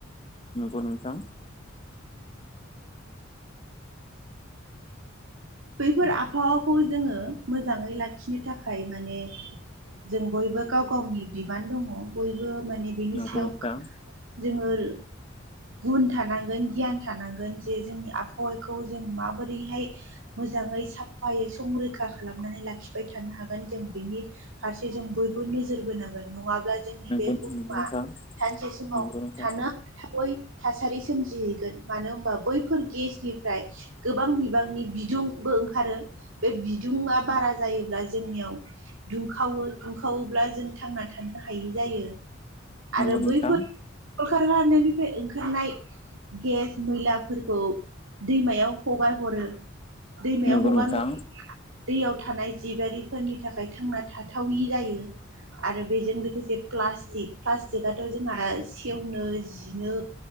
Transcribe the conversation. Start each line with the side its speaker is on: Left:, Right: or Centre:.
Left: नंगौ नोंथां।
Right: बैफोर आबहावाखौ जोंङो मोजांङै लाखिनो थाखाय माने जों बयबो गाव गावनि बिबान दङ बयबो माने बिनि
Left: नंगौ
Right: सेल्फ
Left: नोंथां
Right: जोंङो गुन थानांगोन गियान थानांगोन जे जोंनि आबहावाखौ जों माबोरैहाय मोजाङै साफायै संरैखा खालामनानै लाखिबाय थानो हागोन जों बेनि फारसे जों बयबो नोजोर बोनांगोन नङाब्ला जोंनि
Left: नंगौ
Right: बे
Left: नंगौ
Right: बुहुमा
Left: नोंथां
Right: सानसे समाव
Left: नंगौ नोंथां
Right: थानो थावै थासारि सोमजिहैगोन मानो होनबा बैफोर गेसनिफ्राय गोबां बिबांनि बि बिदुंबो ओंखारो बे बिदुुंआ बारा जायोब्ला जोंनियाव दुंखावो दुंखावोब्ला जों थांना थानो हायै जायो।
Left: नंगौ
Right: आरो
Left: नोंथां
Right: बैफोरल खारनायनिफ्राय ओंखारनाय गेस मैलाफोरखौ दैमायाव हगार हरो। दैमायाव
Left: नंगौ
Right: हगार
Left: नोंथां
Right: हगानायाव दैयाव थानाय जिबारिफोरनि थाखाय थांना थाथावि जायो। आरो बेजों लोगोसे प्लास्टिक प्लास्टिकआथ' जोंहा सेवनो जिनो